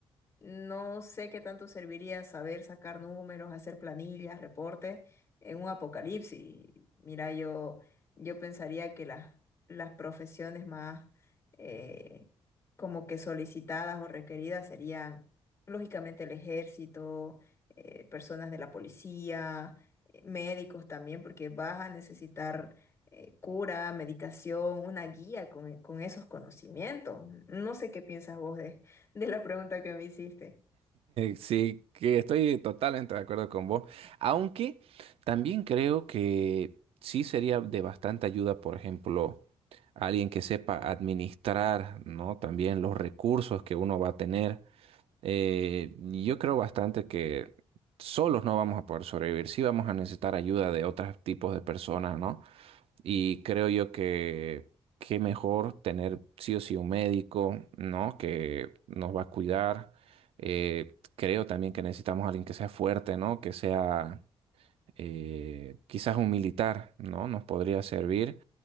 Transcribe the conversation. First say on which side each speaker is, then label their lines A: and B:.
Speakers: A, on the left; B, on the right.
A: no sé qué tanto serviría saber sacar números, hacer planillas, reportes en un apocalipsis. Mira, yo, yo pensaría que las, las profesiones más eh, como que solicitadas o requeridas serían, lógicamente, el ejército, eh, personas de la policía, eh, médicos también, porque vas a necesitar eh, cura, medicación, una guía con, con esos conocimientos. No sé qué piensas vos de la pregunta que me hiciste.
B: Sí, que estoy totalmente de acuerdo con vos. Aunque también creo que sí sería de bastante ayuda, por ejemplo, alguien que sepa administrar, ¿no? También los recursos que uno va a tener. Eh, yo creo bastante que solos no vamos a poder sobrevivir. Sí vamos a necesitar ayuda de otros tipos de personas, ¿no? Y creo yo que qué mejor tener sí o sí un médico, ¿no? Que nos va a cuidar. Eh, creo también que necesitamos a alguien que sea fuerte, ¿no? Que sea eh, quizás un militar, ¿no? Nos podría servir.